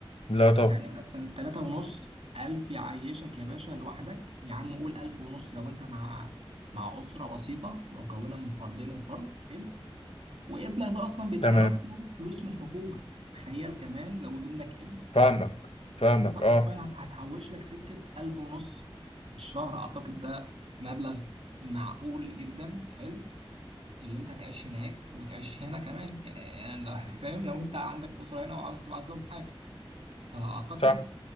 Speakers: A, on the left; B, on the right.
A: لا طبعا
B: يعني مثلا 3 ونص 1000 يعيشك يا باشا لوحدك يا عم قول 1000 ونص لو انت مع مع اسره بسيطه مكونه من فردين وفرد ابن وابنك ده اصلا بيتصرف
A: تمام
B: له فلوس من الحكومه تخيل كمان لو ابنك ابن
A: فاهمك فاهمك
B: فانت حرفيا
A: اه
B: هت- هتحوش لك سكه ألف ونص في الشهر اعتقد ده مبلغ معقول جدا حلو اللي انت تعيش هناك وتعيش هنا كمان يعني لو- <laughs> فاهم لو انت عندك اسره هنا وعاوز تبعت لهم حاجه فاعتقد
A: صح